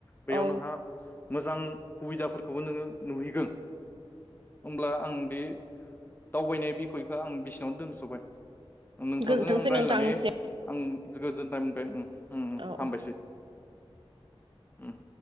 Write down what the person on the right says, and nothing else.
औ
गोजोनथोंसै
नोंथांनिसिम
औ
औ